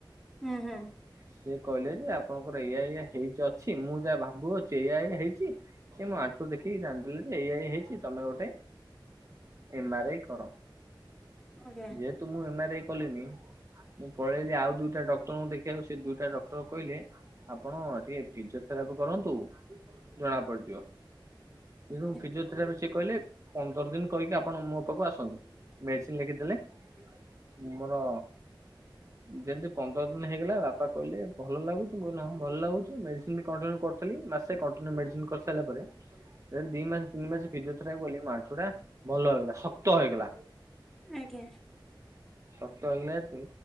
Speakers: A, in the centre; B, on the right.
A: ହୁଁ ହୁଁ
B: ସିଏ କହିଲେ ଯେ ଆପଣଙ୍କର ଏଇଆ ଏଇଆ ହେଇଛି ଯ ଅଛି, ମୁଁ ଯାହା ଭାବୁଅଛି ଏଇଆ ଏଇଆ ହେଇଛି, ସିଏ ମୋ ଆଣ୍ଠୁ ଦେଖିକି ଜାଣିଦେଲେ ଯେ ଏଇଆ ଏଇଆ ହେଇଛି, ତମେ ଗୋଟେ ଏମ ଆର ଆଇ କର।
A: ଆଜ୍ଞା
B: ଯେହେତୁ ମୁଁ ଏମ ଆର ଆଇ କଲିନି ମୁଁ ପଳେଇଲି ଆଉ ଦୁଇଟା ଡକ୍ଟରଙ୍କୁ ଦେଖେଇଆକୁ ସେ ଦୁଇଟା ଡକ୍ଟର କହିଲେ, ଆପଣ ଟିକେ ଫିଜିଓଥେରାପି କରନ୍ତୁ ଜଣା ପଡିଯିବ। ଏ ଯୋଉ ଫିଜିଓଥେରାପି
A: ଆଜ୍ଞା
B: ସେ କହିଲେ ପନ୍ଦର ଦିନ କରିକି ଆପଣ ମୋ ପାଖକୁ ଆସନ୍ତୁ, ମେଡିସିନ ଲେଖିଦେଲେ ମୁଁ ମୋର ଯେମିତି ପନ୍ଦର ଦିନ ହେଇଗଲା ବାପା କହିଲେ ଭଲ ଲାଗୁଛି, ମୁଁ କହିଲି ହଁ ଭଲ ଲାଗୁଛି ମେଡିସିନି ମେଡିସିନି କଣ୍ଟିନିଉ କରୁଥିଲି, ମାସେ କଣ୍ଟିନିଉ ମେଡିସିନି କରିସାରିଲା ପରେ ଦେନ୍ ଦି ମାସ ତିନି ମାସ ଫିଜିଓଥେରାପି କଲି ମୋ ଆଣ୍ଠୁଟା ଭଲ ହେଇଗଲା, ଶକ୍ତ ହେଇଗଲା।
A: ଆଜ୍ଞା।
B: ଶକ୍ତ ହେଇଗଲା ହେତୁ